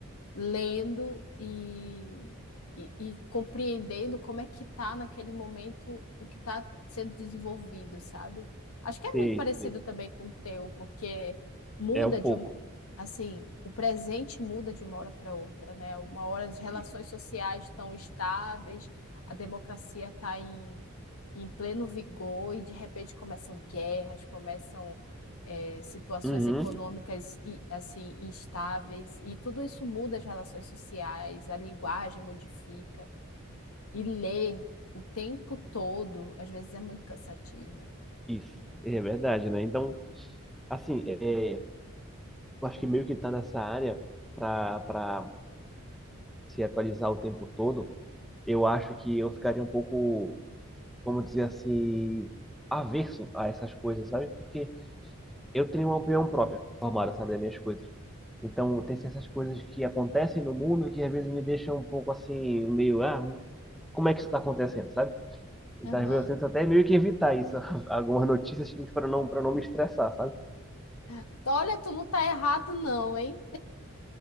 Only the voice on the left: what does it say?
lendo e, e, e compreendendo como é que tá naquele momento o que está sendo desenvolvido, sabe? Acho que
é muito parecido
também com o teu, porque muda
de
um, assim, o presente muda de uma hora para outra, né? Uma hora as relações
sociais estão estáveis, a democracia está em, em pleno vigor e de repente começam guerras, começam é, situações
econômicas e assim instáveis e tudo isso muda as relações sociais, a linguagem modifica e ler o tempo todo, às vezes é muito cansativo.
Aham.
Então, Olha, tu não tá errado não, hein?